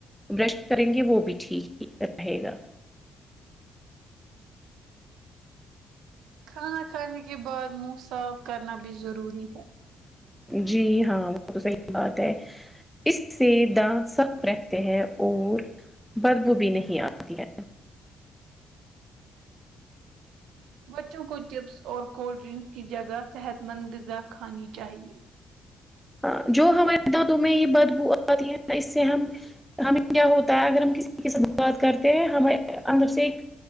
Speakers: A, in the centre; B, on the right.
A: برش کریں گے وہ بھی ٹھیک ہی رہے گا
B: کھانا کھانے کے بعد منہ صاف کرنا بھی ضروری ہے
A: جی ہاں وہ تو صحیح بات ہے اس سے دانت صاف رہتے ہیں اور بدبو بھی نہیں آ ہوتی ہے
B: بچوں کو چپس اور کولڈ ڈرنکس کی جگہ صحت مند غذا کھانی چاہیے
A: ہاں جو ہمارے دانتوں میں یہ بدبو آتی ہے اس سے ہم ہمیں کیا ہوتا ہے اگر ہم کسی ق سے بات کرتے ہیں ہمیں اندر سے ایک